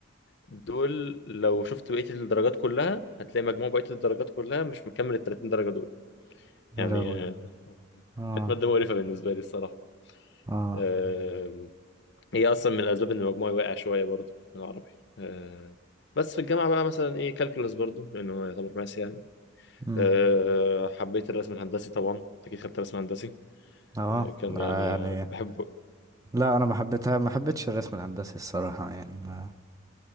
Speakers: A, on the left; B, on the right.
A: دول لو شفت بقيه الدرجات كلها هتلاقي مجموع بقيه الدرجات كلها مش مكمل ال 30 درجه دول يعني
B: يا راوي
A: آه،
B: اه
A: كانت ماده مقرفه بالنسبه لي الصراحه
B: اه
A: آه، هي اصلا من الاسباب ان مجموعي واقع شويه برضو في العربي آه، بس في الجامعه بقى مثلا ايه كالكولاس برضو لانه يعتبر ماس يعني
B: امم
A: أه حبيت الرسم الهندسي طبعا أنت اكيد خدت رسم هندسي
B: اه
A: أه كان
B: ده
A: يعني
B: يعني
A: آه، كنت بحبه
B: لا انا ما حبيتها ما حبيتش الرسم الهندسي الصراحة يعني ما